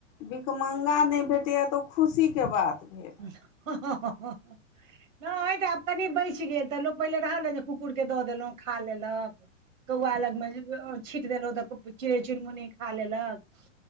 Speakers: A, on the left; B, on the right.
A: भिखमंगा नहि भेटैए तऽ ओ खुशीके बात भेल।
B: हँ-हँ -हँ- हँ नहि तऽ आब कनि बचि गेल, तऽ लोक पहिले रहै ने जे कुकुरके दऽ देलऊ खा लेलक। कौआ लगमे अ छींट देलऊ तऽ चिड़ै चुनमुनी खा लेलक।